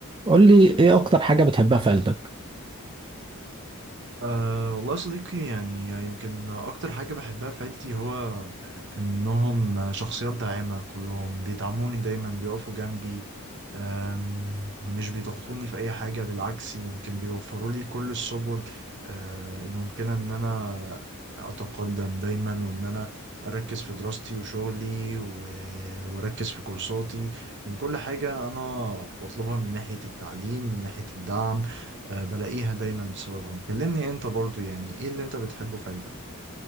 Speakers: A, on the right; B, on the right.
A: قول لي ايه اكتر حاجة بتحبها في عيلتك
B: أه والله يا صديقي يعني يمكن أكتر حاجة بحبها في عيلتي هو إنهم شخصيات داعمة كلهم بيدعموني دايما بيقفوا جنبي أم، مش بيضغطوني في أي حاجة بالعكس يمكن بيوفروا لي كل السبل أه، الممكنة إن أنا أتقدم دايما وإن أنا أركز في دراستي وشغلي و- وأركز في كورساتي من كل حاجة أنا بطلبها من ناحية التعليم من ناحية الدعم آه، بلاقيها دايما بسببهم كلمني انت برضو يعني ايه اللي انت بتحبه في عيلتك